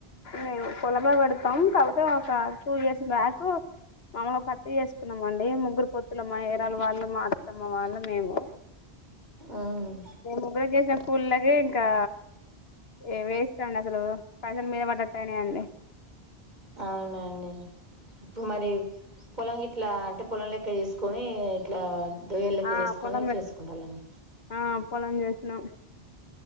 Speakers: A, on the left; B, on the right.
A: మేము పొలమే పెడతాం కాకపోతే ఒక టూ ఇయర్స్ బ్యాక్ మామలుగా పత్తి చేసుకున్నామ అండి ముగ్గురు పొత్తులు మా ఏరాలు వాళ్ళు మా అత్తమ్మ వాళ్ళు మేము
B: ఉమ్
A: ముగగ కుల్ళకే ఇంకా ఏ వేస్తాండి అసలు పైసలు మీద పట్తాయనే అండి
B: అవునండి పూ మారి పొలం గిట్లా అంటే పొలం లెక్క చేసుకొని ఇట్లా దొయ్యలు లెక్క
A: ఆ
B: చేసుకొని
A: పొలం
B: చేసుకుంటాలండి
A: ఆ పొలం చేసినాం